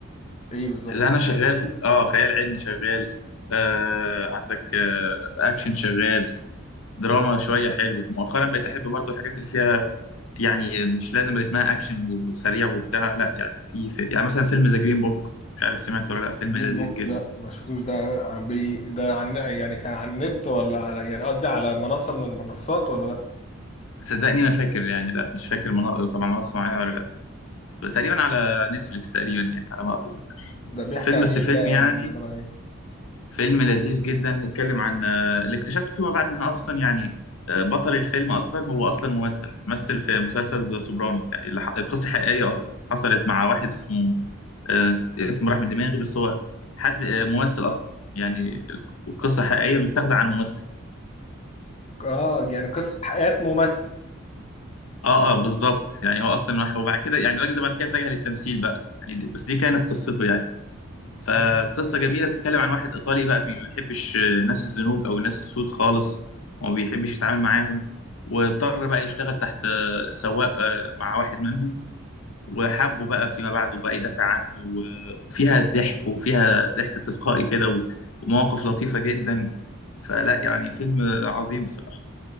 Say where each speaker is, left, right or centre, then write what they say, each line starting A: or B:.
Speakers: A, on the left (about 30°); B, on the left (about 80°).
A: ايه بالظبط
B: اللي انا شغال اه خيال علمي شغال آه عندك آه اكشن شغال دراما شويه حلو مؤخرا بقيت احب برضو الحاجات اللي فيها يعني مش لازم رتمها اكشن وسريع وبتاع لا يعني في, في يعني مثلا فيلم ذا جرين بوك مش عارف سمعت ولا لا فيلم
A: جرين
B: لذيذ
A: بوك
B: جدا
A: لا ما شفتوش ده عن بي ده عن يعني كان على النت ولا على يعني قصدي على منصة من المنصات ولا لا
B: صدقني ما فاكر يعني لا مش فاكر منا... طبعا منصه معينه ولا لا تقريبا على نتفليكس تقريبا يعني على ما اتذكر
A: ده بيحكي
B: فيلم
A: عن
B: بس
A: ايه
B: فيلم
A: بقى ولا
B: يعني
A: عبارة عن ايه
B: فيلم لذيذ جدا نتكلم عن آه، اللي اكتشفته فيما بعد ان اصلا يعني آه، بطل الفيلم اصلا هو اصلا ممثل مثل في مسلسل ذا سوبرانوس يعني اللي ح- قصه حقيقيه اصلا حصلت مع واحد اسمه آه، اسمه راح من دماغي بس هو حد آه، ممثل اصلا يعني القصه حقيقيه متاخده عن ممثل
A: اه يعني قصة حياة ممثل
B: اه اه بالظبط يعني هو اصلا واحد وبعد كده يعني الراجل ده بعد كده اتجه للتمثيل بقى يعني دي- بس دي كانت قصته يعني فقصة
A: مم.
B: جميلة بتتكلم عن واحد إيطالي بقى بي- ما بيحبش الناس الزنوج أو الناس السود خالص وما بيحبش يتعامل معاهم واضطر بقى يشتغل تحت آه، سواق آه، مع واحد منهم وحبه بقى فيما بعد وبقى يدافع عنه و- وفيها ضحك وفيها ضحك تلقائي كده و- ومواقف لطيفة جدا فلا يعني فيلم عظيم بصراحة